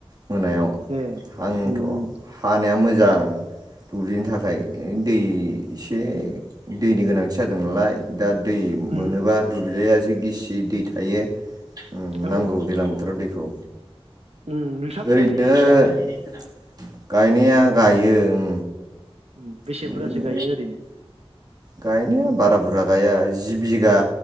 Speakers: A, on the right; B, on the right.
A: मोनायाव।
B: ए
A: आंथ'
B: उम
A: हानाया मोजां। दैनि था खाय ऐ दै एसे दैनि गोनांथि जादों नालाय दा दै
B: उम
A: मोनोबा दुब्लिया जि गिसि दै थायो ओम
B: औ
A: नांगौ दैलां बोथोराव दैखौ।
B: उम नोंसाबो
A: ओरैनो
B: गायो ने आदा?
A: गायनाया गायो ओं।
B: ओम बेसे
A: बिदिनो
B: बुरजासो गायो ओरैनो?
A: गायनाया बारा बुरजा गाया जि बिगा